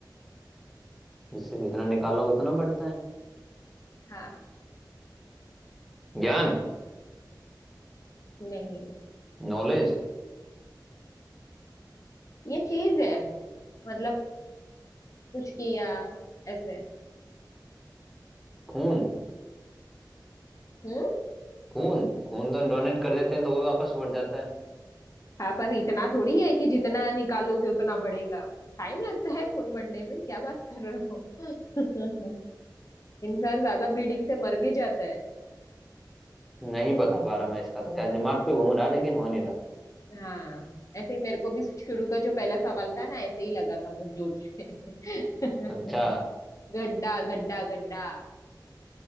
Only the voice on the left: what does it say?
हाँ
नहीं
ये चीज है मतलब कुछ किया ऐसे
हम्म
हाँ पर इतना थोड़ी है कि जितना निकालोगे उतना बढ़ेगा टाइम लगता है खून बढ़ने में क्या बात कर रहे हो <laughs> इंसान ज्यादा ब्लीडिंग से मर भी जाता है
हाँ ऐसे ही मेरे को भी शुरू का जो पहला सवाल था ना ऐसे ही लगा था बहुत जोर से <laughs>
गड्ढा गड्ढा गड्ढा